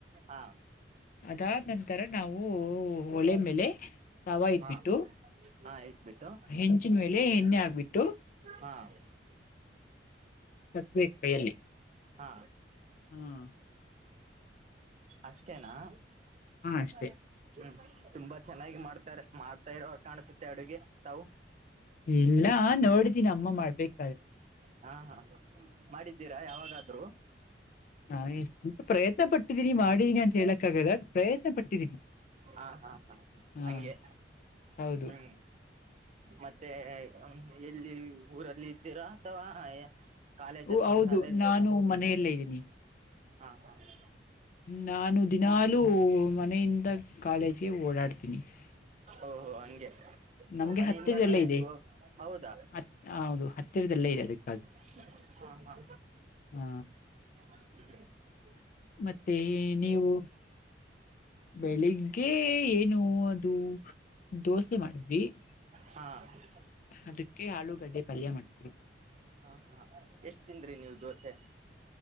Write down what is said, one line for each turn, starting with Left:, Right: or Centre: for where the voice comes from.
Right: ಹಾ
Left: <inaudible> ಅದ! <inaudible> ನಾವು, ಒಳೆ, ಮೇಲೆ, ತವಾ ಇಬ್ಬಿಟ್ಟು
Right: ಹಾ ಹಾ ಇಟ್ಬಿಟ್ಟು
Left: ಹೆಂಜಿನ, ಮೇ. <inaudible> ಎಣ್ಣೆ, ಆಗ್ಬಿಟ್ಟು? <inaudible>
Right: ಹಾ. <inaudible>
Left: ಸತ್ವ, ಕೈಯಲ್ಲಿ? <inaudible>
Right: ಹಾ,
Left: ಹಾ
Right: ಅಷ್ಟೇನಾ? <unintelligible> ಏಪ್ರಿಲಾಲ,
Left: ಅಷ್ಟೇ
Right: ಜೂನ್. <unintelligible> ತುಂಬಾ, ಚೆನ್ನಾಗಿ ಮಾಡ್ತಾರೆ, ಮಾಡ್ತಾ ಇರ ಕಾಣಸುತ್ತೆ, ಅಡುಗೆ ತಾವು? <inaudible>
Left: ಇಲ್ಲ, ನೋಡಿದ್ದೀನಿ ಅಮ್ಮ, ಮಾಡಬೇಕು? <unintelligible>
Right: ಹಾ, ಹಾ, ಮಾಡಿದ್ದೀರಾ! ಯಾವಾಗಾದ್ರು? <unintelligible>
Left: ನಾಯಿ, ಸ್ವಲ್ಪ, ಪ್ರಯತ್ನ ಪಟು. <inaudible> ಇಟ್ಟಿದ್ದೀನಿ, ಮಾಡಿ ನನ್ ಹೇಳಕ್ಕಾಗಲ್ಲ! ಪ್ರಯತ್ನ ಪಟ್ಟಿದ್ದೀನಿ,
Right: ಹಾ ಹಾ ಹಾ
Left: ಹಾ.
Right: ಹಂಗೆ
Left: <inaudible> ಹೌದು
Right: ಹ್ಮ್, ಮತ್ತೆ, ಹೂಂ... <unintelligible> ಎಲ್ಲಿ, ಹೇಳಿ, ಊರಲ್ಲಿ ಇದ್ದೀರಾ ಅಥವಾ? <unintelligible>
Left: ಹ್ಮ್, ಹೌದು,
Right: ಕಾಲೇಜ್ಗೆ
Left: ನಾನು,
Right: ಹೋಗಿದ್ದ
Left: ಮನೆಯಲ್ಲೇ, ಇದ್ದೀನಿ! <inaudible>
Right: ಹಾ, ಹಾ. <unintelligible>
Left: ನಾನು, ದಿನಾಲೂ! ಮನೆಯಿಂದ ಕಾಲೇಜ್ಗೆ ಓಡಾಡ್ತೀನಿ? <inaudible>
Right: ಓಹೋ, ಹಂಗೆ! <inaudible>
Left: ನಮ್ಗೆ
Right: ಮನೆಯಿಂದ,
Left: ಹತ್ತಿರದಲ್ಲೇ
Right: ಕಾಲೇಜ್ಗೂ,
Left: ಇದೆ
Right: ಹೌದಾ?
Left: ಹತ್ ಹೌದು ಹತ್ತಿರದಲ್ಲೇ ಇದೆ ಅದಕ್ಕಾಗಿ
Right: <unintelligible> ಹಾ, ಹಾ.
Left: ಹಾ
Right: <unintelligible>
Left: ಮತ್ತೆ, ನೀವು, ಬೆಳಿಗ್ಗೆ ಏನು? <unintelligible> ಅದು, ದೋಸೆ ಮಾಡಿದ್ವಿ! <inaudible>
Right: ಹಾ. <unintelligible>
Left: ಅದಕ್ಕೆ, ಆಲೂಗಡ್ಡೆ, ಪಾಳ್ಯ, ಮಾಡುತ್ತಿದ್ದರು. <inaudible>
Right: ಹಾ, ಹಾ, ಎಷ್ಟ್ ತಿಂದ್ರಿ ನೀವು ದೋಸೆ? <inaudible>